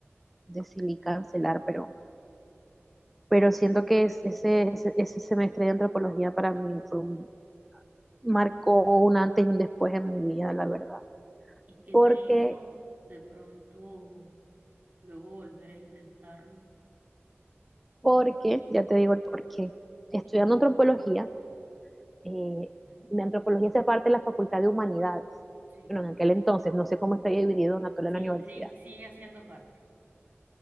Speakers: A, in the centre; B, on the right (about 40°).
A: decidí cancelar, pero, pero siento que es- ese, ese, ese semestre de antropología para mí fue un, marcó un antes y un después en mi vida, la verdad.
B: ¿Y qué
A: Porque
B: te hizo de pronto luego volver a intentarlo?
A: porque, ya te digo el porqué, estudiando antropología, eh,
B: ¿Mm?
A: mi antropología hace parte de la Facultad de Humanidades.
B: Sí,
A: Bueno, en aquel entonces, no sé cómo está dividido en actual
B: sí,
A: en la universidad.
B: sí, sigue haciendo parte.